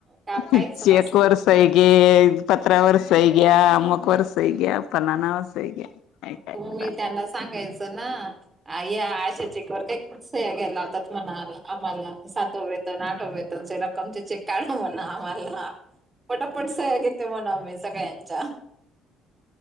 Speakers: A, on the right; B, on the left.
A: काम काहीच
B: चेक
A: नसतं.
B: वर सही घे. पत्रावर सही घ्या. अम्मक वर सही घ्या. फलानावर सही घ्या. काय काय
A: तुम्ही
B: राहतय
A: त्यांना सांगायचं ना. या आशा चेकवर काय सह्या घ्यायला लावतात म्हणाला आम्हाला. सातववेतन, आठववेतन रक्मचे चेक काढा म्हणा आम्हाला. पटापट सह्या घेते म्हणा मी सगळ्यांच्या.